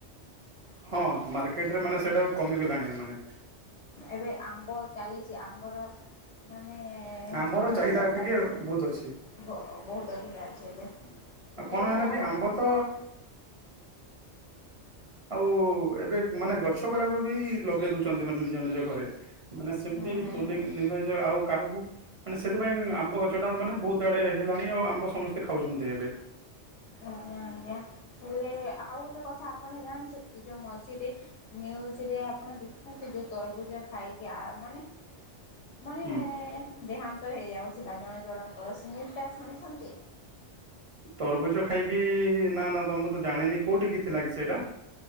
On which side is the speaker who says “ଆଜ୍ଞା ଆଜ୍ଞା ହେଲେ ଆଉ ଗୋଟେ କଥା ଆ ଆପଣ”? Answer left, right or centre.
Left